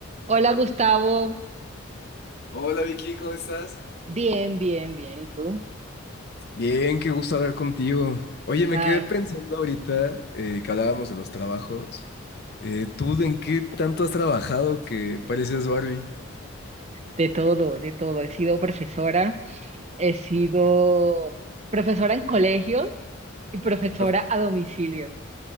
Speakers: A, on the right; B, on the left.
A: Hola Gustavo,
B: Hola Vicky, ¿cómo estás?
A: bien, bien, bien. ¿Y tú?
B: Bien, qué gusto hablar contigo. Oye, me
A: Ay,
B: quedé pensando ahorita eh, que hablábamos de los trabajos. Eh, ¿tú en qué tanto has trabajado que pareces Barbie?
A: de todo, de todo. He sido profesora, he sido profesora en colegios y profesora
B: Prof-
A: a domicilio.